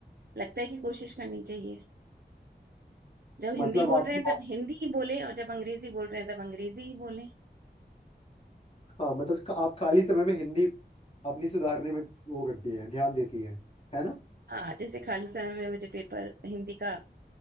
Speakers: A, on the right; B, on the left.
A: लगता है कि कोशिश करनी चाहिए जब हिंदी
B: मतलब
A: बोल
B: आपकी
A: रहे हैं तब हिंदी ही बोले और जब अंग्रेजी बोल रहे हैं तब अंग्रेजी ही बोले
B: हाँ मतलब का- आप खाली समय में हिंदी अपनी सुधारने में वो करती है ध्यान देती है है ना
A: हाँ जैसे खाली समय में मुझे पेपर हिंदी का